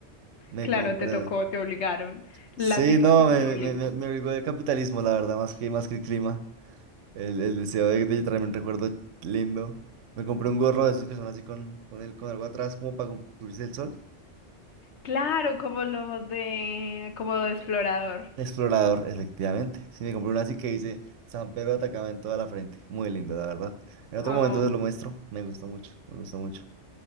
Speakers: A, on the right; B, on the left.
A: Me
B: Claro,
A: compré.
B: te tocó, te obligaron. La
A: Sí,
B: situación
A: no, me,
B: te obligó.
A: me, me, me obligó el capitalismo, la verdad, más que, más que el clima. El, el deseo de, de traerme un recuerdo lindo. Me compré un gorro de esos que son así con, con, el, con algo atrás, como para cubrirse el sol.
B: Claro, como los de, como de explorador.
A: Explorador, efectivamente. Sí, me compré una así que dice San Pedro de en toda la frente. Muy lindo, la verdad. En otro
B: Ah,
A: momento te lo muestro. Me gustó mucho, me gustó mucho.